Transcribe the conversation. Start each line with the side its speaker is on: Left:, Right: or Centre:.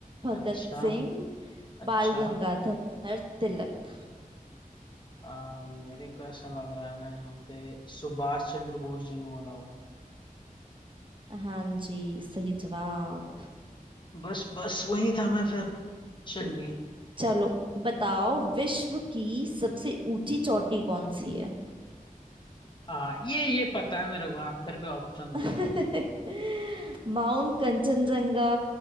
Right: भगत
Left: अच्छा
Right: सिंह
Left: अच्छा
Right: बाल गंगाधर तिलक
Left: आ, मेरे को ऐसा लग रहा है ना यहाँ पे सुभाष चंद्र बोस जी ने बोला होगा
Right: हाँ जी सही जवाब
Left: बस बस वही था मैं फिर चलिए
Right: चलो बताओ विश्व की सबसे ऊंची चोटी कौन सी है
Left: आ, ये ये पता है मेरे को आप फिर भी ऑप्शन
Right: <laughs>
Left: दो
Right: Mount Kanchenjunga